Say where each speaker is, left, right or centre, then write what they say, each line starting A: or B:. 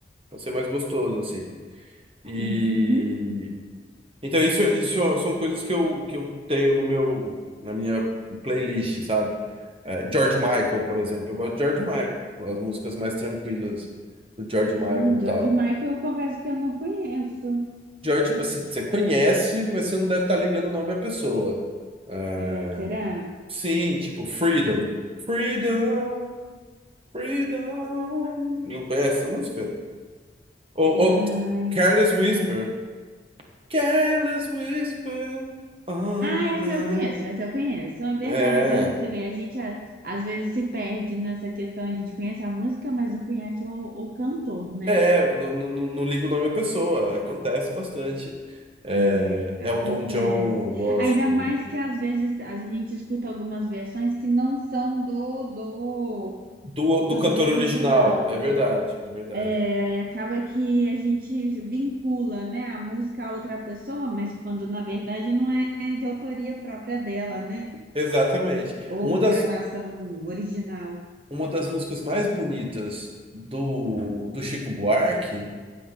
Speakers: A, on the right; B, on the right.
A: Pra ser mais gostoso, assim. E
B: Uhum.
A: então isso, isso são coisas que eu, que eu tenho no meu, na minha playlist, sabe? É, George Michael, por exemplo. Eu gosto de George Michael, as músicas mais tranquilas do George Michael
B: Ah,
A: e
B: George
A: tal.
B: Michael, eu confesso que eu não conheço.
A: George, você, você conhece, mas você não deve estar ligando o nome à pessoa. É,
B: É, será?
A: Sim, tipo Freedom. Freedom, Freedom. Não conhece essa música? Ou, ou
B: Ai,
A: Careless Whisper.
B: ah.
A: Careless whisper of
B: Ah,
A: my...
B: essa eu conheço, essa eu conheço. É verdade.
A: É,
B: Olha pra você ver, a gente a- às vezes se perde nessa questão. A gente conhece a música, mas não conhece o, o cantor, né?
A: é, não, não, não não ligo o nome da pessoa, acontece bastante. É,
B: É,
A: Elton
B: acontece.
A: John, eu gosto
B: Ainda
A: também.
B: mais que às vezes a gente escuta algumas versões que não são do, do
A: Do, do
B: cantor
A: cantor
B: original,
A: original, é
B: né?
A: verdade, é verdade.
B: É, aí acaba que a gente vincula, né, a música a outra pessoa, mas quando na verdade não é de autoria própria dela, né?
A: Exatamente.
B: Ou
A: Uma das,
B: gravação original.
A: uma das músicas mais bonitas do, do Chico Buarque,